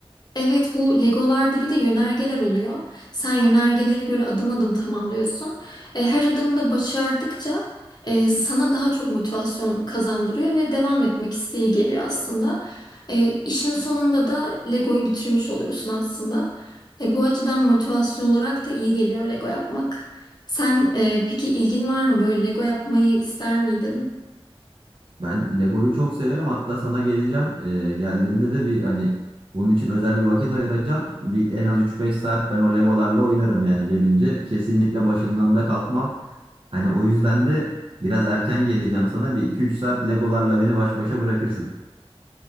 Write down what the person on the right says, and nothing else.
Ben Lego'yu çok severim. Hatta sana geleceğim. Ee, geldiğimde de bir hani bunun için özel bir vakit ayıracağım. Bir en az üç beş saat ben o Legolarla oynarım yani gelince. Kesinlikle başından da kalkmam. Hani o yüzden de biraz erken geleceğim sana. Bir iki üç saat Legolarla beni baş başa bırakırsın.